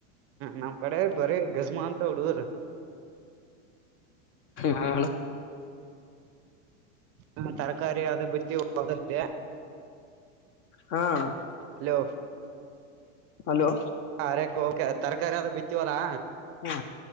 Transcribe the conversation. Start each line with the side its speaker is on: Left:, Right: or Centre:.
Right: ನಮ್ಮ್ ಕಡೆ ಬರೀ ಗಜ್ಮಾ ಅಂತ ಉಡುದ್ರ
Left: ಹಳ
Right: ಹಾ ತರಕಾರಿ ಅದ ಬಿತ್ತ ಹೊಲ್ದದಲಿ
Left: ಹಾ ಅಣ್ಣ
Right: ಹಲೋ
Left: ಹಲೋ
Right: ಕಾರ <unintelligible> ತರಕಾರಿ ಆದು ಬಿತ್ತೀವಲ್ಲಾ
Left: ಹಾ